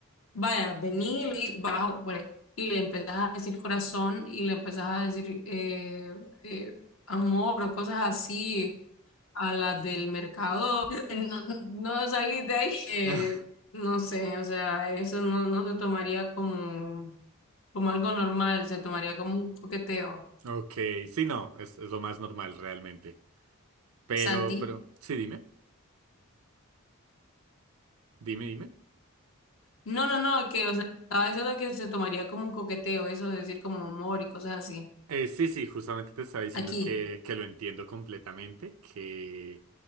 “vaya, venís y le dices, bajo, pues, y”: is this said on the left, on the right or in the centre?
Left